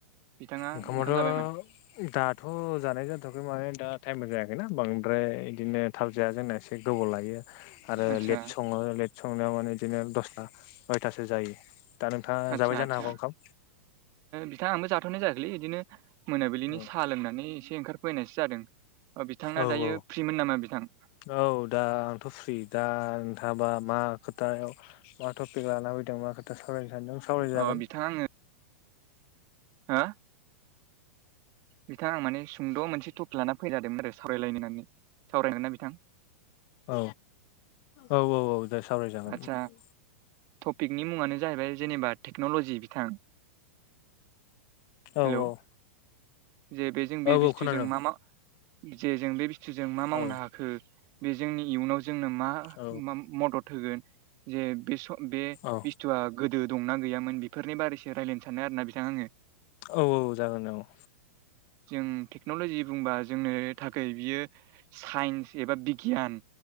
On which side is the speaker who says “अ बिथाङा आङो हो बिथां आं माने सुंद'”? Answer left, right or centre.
Right